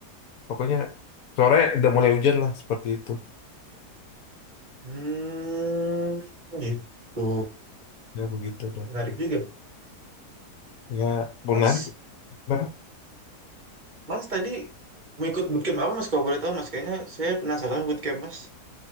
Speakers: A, on the left; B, on the right.
A: Pokoknya sore udah mulai hujan lah seperti itu.
B: Hmm, gitu.
A: Ya begitu dah.
B: Menarik juga.
A: Ya menarik.
B: Mas,
A: Kenapa?
B: Mas tadi mau ikut bootcamp apa Mas kalau boleh tahu Mas? Kayaknya saya penasaran sama bootcamp Mas.